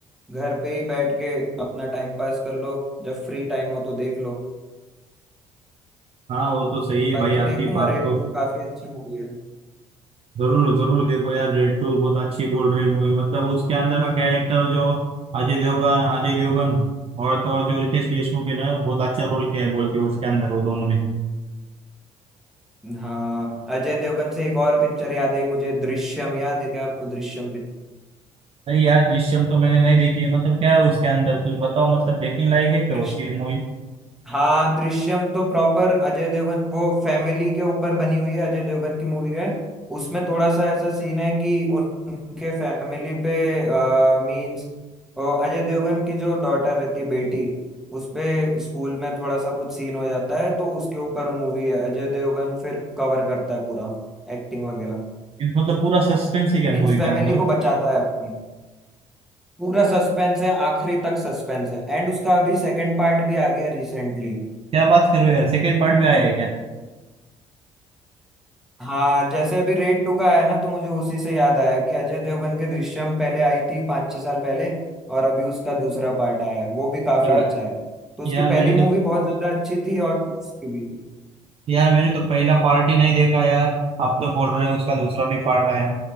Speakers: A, in the centre; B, on the right.
A: घर पे ही बैठ के अपना टाइम पास कर लो जब फ्री टाइम हो तो देख लो
B: हाँ वो तो सही है
A: बाकी
B: भाई आपकी
A: देखूंगा
B: बात
A: रेड
B: तो
A: टू काफी अच्छी मूवी है
B: जरूर जरूर देखो यार रेड टू बहुत अच्छी बोल रही मूवी मतलब उसके अंदर का कैरेक्टर जो अजय देवगन अजय देवगन और तो और जो रितेश देशमुख है ना बहुत अच्छा रोल किया है बोल के उसके अंदर वो दोनों ने
A: हाँ अजय देवगन से एक और पिक्चर याद है मुझे दृश्यम याद है क्या आपको दृश्यम
B: नहीं यार दृश्यम तो मैंने नहीं देखी है मतलब क्या है उसके अंदर कुछ बताओ मतलब देखने लायक है क्या
A: पिक्चर
B: उसकी मूवी
A: हाँ दृश्यम तो प्रॉपर अजय देवगन वो फैमिली के ऊपर बनी हुई है अजय देवगन की मूवी है उसमें थोड़ा सा ऐसा सीन है कि उन- उनके फैमिली पे मींस अजय देवगन की जो डॉटर रहती है बेटी उस पे स्कूल में थोड़ा सा कुछ सीन हो जाता है तो उसके ऊपर मूवी है अजय देवगन फिर कवर करता है पूरा एक्टिंग वगैरह
B: मतलब पूरा सस्पेंस है क्या
A: मींस
B: मूवी
A: फैमिली
B: के अंदर
A: को बचाता है अपनी पूरा सस्पेंस है आखिरी तक सस्पेंस है एंड उसका अभी सेकंड पार्ट भी आ गया रिसेंटली
B: क्या बात कर रहे हो यार सेकंड पार्ट भी आया है क्या
A: हाँ जैसे अभी रेड टू का आया ना तो मुझे उसी से याद आया कि अजय देवगन के दृश्यम पहले आई थी पाँच छह साल पहले और अभी उसका दूसरा पार्ट आया है वो भी काफी
B: यार
A: अच्छा है तो उसकी
B: यार
A: पहली
B: मैंने तो
A: मूवी बहुत ज्यादा अच्छी थी और दूसरी भी
B: यार मैंने तो पहला पार्ट ही नहीं देखा यार आप तो बोल रहे हो उसका दूसरा भी पार्ट आया